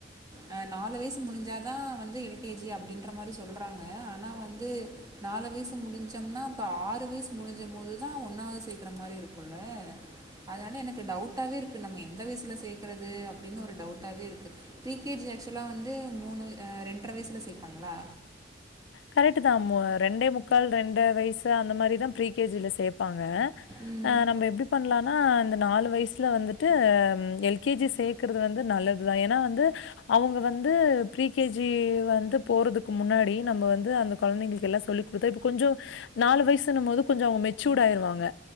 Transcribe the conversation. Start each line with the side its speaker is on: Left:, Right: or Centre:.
Right: அ நாலு வயசு முடிஞ்சாதான் வந்து எல் கே ஜி அப்டின்ற மாரி சொல்றாங்க ஆனா வந்து நாலு வயசு முடிஞ்சம்னா அப்ப ஆறு வயசு முடிஞ்சும்போதுதான் ஒன்னாவது சேக்கற மாரி இருக்குல்ல அதனால எனக்கு டவுட்டாவே இருக்கு நம்ம எந்த வயசுல சேக்கறது அப்டின்னு ஒரு டவுட்டாவே இருக்கு ப்ரீ கே ஜி ஆக்சுலா வந்து மூணு ரெண்டரை வயசுல சேப்பாங்ளா
Left: கரெக்ட்டுதான் மு ரெண்டே முக்கால் ரெண்ட்ர வயசு அந்த மாரிதான் ப்ரீ கே ஜி ல சே ப்பாங்க
Right: ம்.
Left: நம்ப எப்டி பண்லானா இந்த நாலு வயசுல வந்துட்டு எல் கே ஜி சேக்கறது வந்து நல்லதுதான் ஏனா வந்து அவுங்க வந்து ப்ரி கே ஜி வந்து போறதுக்கு முன்னாடி நம்மோ வந்து அந்த கொழந்தைங்களுக்கு எல்லா சொல்லி குடுத்தா இப்ப கொஞ்சொ நாலு வயசுனும்போது கொஞ்சொ அவுங்க மெச்சூர்ட்டு ஆயிருவாங்க